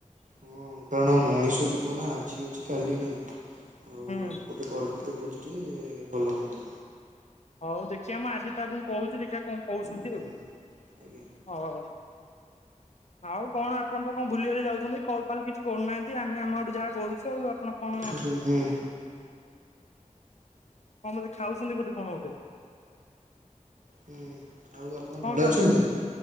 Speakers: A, on the right (about 70°); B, on the left (about 55°).
A: ହଁ କାରଣ ମଣିଷ ଜୀବନ ଆଜି ଅଛି କାଲି ନାଇଁ। ଆଉ
B: ହୁଁ
A: ଗୋଟେ କରିଦେଲେ ଭୋଜିଟେ ଟେ ଭଲ ହୁଅନ୍ତା।
B: ହଉ ଦେଖିବା ମୁଁ ଆଦିତ୍ୟ ବାବୁଙ୍କୁ କହୁଛି ଦେଖିବା କଣ କହୁସନ୍ତି
A: ହୁଁ
B: ଆଉ
A: ଆଜ୍ଞା
B: ହଉ। ଆଉ କଣ ଆପଣ ତ କଣ ଭୁଲିି ବାଲି ଯାଉଛନ୍ତି କଲ ଫାଲ କିଛି କରୁନାହାଁନ୍ତି, ଆମେ ଆମ ଆଡୁ ଯାହା କରୁଛୁ ଆଉ ଆପଣ କଣ
A: ହୁଁ ହୁଁ।
B: କଣ ବୋଧେ ଖାଉଛନ୍ତି ଗୋଟେ କଣ ଗୋଟେ?
A: ହୁଁ ଆଉ ଆପଣ
B: କଣ
A: ଭଲ
B: ଖାଉଛନ୍ତି?
A: ଅଛନ୍ତି?